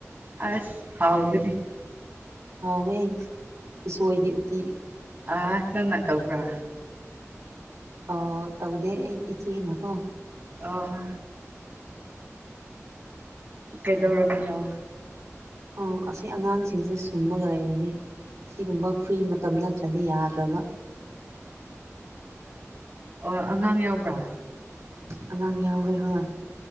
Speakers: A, on the right; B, on the right.
A: ꯑꯁ ꯍꯥꯎꯒꯗꯤ
B: ꯍꯥꯎꯋꯦ ꯎꯁꯣꯏꯒꯤ ꯎꯇꯤ
A: ꯑ ꯆꯟꯅ ꯇꯕ꯭ꯔꯥ
B: ꯑ ꯇꯧꯗꯦ ꯏꯆꯦꯅ ꯀꯣ
A: ꯑꯥ ꯀꯩꯗꯧꯔꯝꯃꯤꯅꯣ
B: ꯎ ꯑꯁꯤ ꯑꯉꯥꯡꯁꯤꯡꯁꯦ ꯁꯨꯝꯃꯒ ꯂꯩꯔꯤꯅꯤ ꯑꯁꯤꯒꯨꯝꯕ ꯐ꯭ꯔꯤ ꯃꯇꯝ ꯅꯠꯇ꯭ꯔꯗꯤ ꯌꯥꯗ꯭ꯔꯕ
A: ꯑꯣ ꯑꯉꯥꯡ ꯌꯥꯎꯕ꯭ꯔꯥ
B: ꯑꯉꯥꯡ ꯌꯥꯎꯈ꯭ꯔꯦ ꯍꯣꯏ